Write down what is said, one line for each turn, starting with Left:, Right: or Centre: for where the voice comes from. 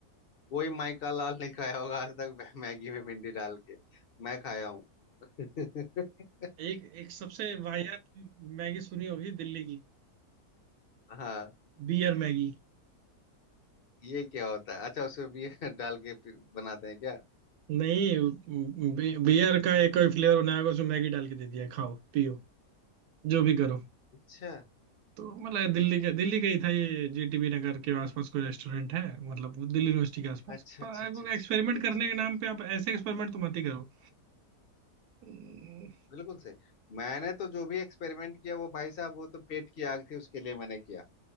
Left: कोई माइका लाल नहीं खाया होगा आज तक मैं- मैगी में भिंडी डाल के मैं खाया हूँ <laughs>
Right: एक एक सबसे वाहियात मैगी सुनी होगी दिल्ली की
Left: हाँ
Right: बियर मैगी
Left: ये क्या होता है अच्छा उसमें भी <laughs> डाल के फिर बनाते हैं क्या
Right: नहीं बी, बियर का एक कोई फ्लेवर बनाया होगा, उसमें मैगी डाल के दे दिया खाओ पियो जो भी करो
Left: अच्छा
Right: तो मतलब दिल्ली का दिल्ली का ही था ये जीटीबी नगर के आसपास कोई रेस्टोरेंट है मतलब वो दिल्ली यूनिवर्सिटी के आसपास
Left: अच्छा अच्छा
Right: पर
Left: अच्छा अच्छा
Right: एक्सपेरिमेंट
Left: अच्छा
Right: करने
Left: अच्छा
Right: के नाम
Left: अच्छा
Right: पे आप ऐसे एक्सपेरिमेंट तो मत ही करो हम्म,
Left: बिल्कुल सही मैंने तो जो भी एक्सपेरिमेंट किया वो भाई साहब वो तो पेट की आग थी उसके लिए मैंने किया